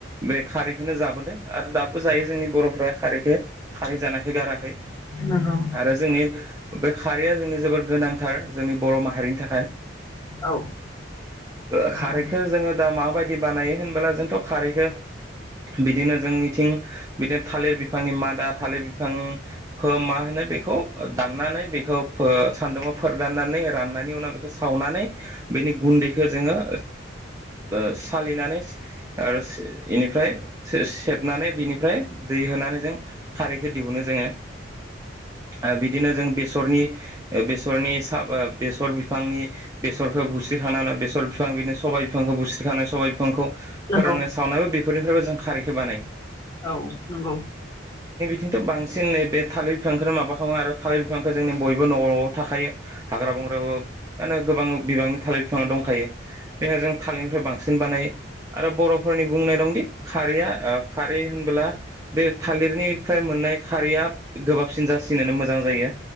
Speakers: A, on the right; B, on the left.
A: बे खारैखौनो जाबोदों आरो दाबो जायो जोंनि बर'फ्रा खारैखो खारै जानायखो गाराखै
B: नंगौ
A: आरो जोंनि बे खारैया जोंनि जोबोर गोनांथार जोंनि बर' माहारिनि थाखाय
B: औ
A: ओ
B: नंगौ
A: खारैखो जोङो दा मा बायदि दि बानायो होनोमबोला जोंथ' खारैखो बिदिनो जों निथिं बिदिनो थालिर बिफांनि मादा थालिर बिफां बिफांखौ मा होनो बेखौ दाननानै बेखौ फो सान्दुंङाव फोराननानै रान नि उनाव बेखौ सावनानै बेनि गुन्दैखो जोङो ओ सालिनानै आरो बेनिफ्राय से सेबनानै बिनिफ्राय दै सोनानै जों खारैखो दिहुनो जोङो। ओ बिदिनो जों बेसरनि बेसरनि सा बेसर बिफांनि बेस बेसरखौ बुस्रि खांनानै बेसर बिफां बिनि सबाइ बिफांखौ बुस्रिखांनाय सबाय बिफांखौ
B: नंगौ
A: फोराननाय सावनायबो बेफोरनि फ्रायबो जों खारैखौ बानायो।
B: औ नंगौ।
A: खिन्थु बांसिन नै बे थालिर बिफां खौनो माबा खालामो आरो थालिर बिफांखौ जोंनि बयबो न' न'आव थाखायो हाग्रा बं बंग्रा बाबो मम होनो गोबां बिबांनि थालिर बिफां दंखायो बेनि जों थालिर निफ्राय बांसिन बानायो। आरो बर'फोरनि बुंनाय दंदि खारैया ओ खारै होनबोला बे थालिरनि फ्राय मोननाय खारैया गोबाबसिन जासिनोनो मोजां जायो।